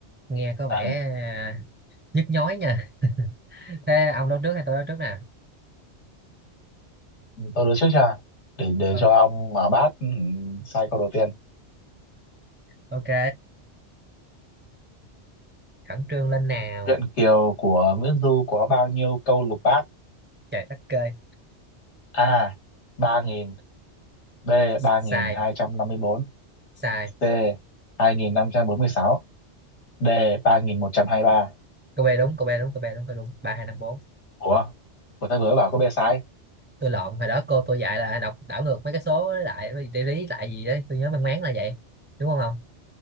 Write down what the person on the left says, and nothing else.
Ừ,
tôi đối trước cho để để
cho ông mở bát ừ, sai câu đầu tiên.
Truyện Kiều của Nguyễn Du có bao nhiêu câu lục bát?
A. 3.000 B. 3.254
C. 2.546 D. 3.123
Ủa? của tôi vừa mới bảo có B sai.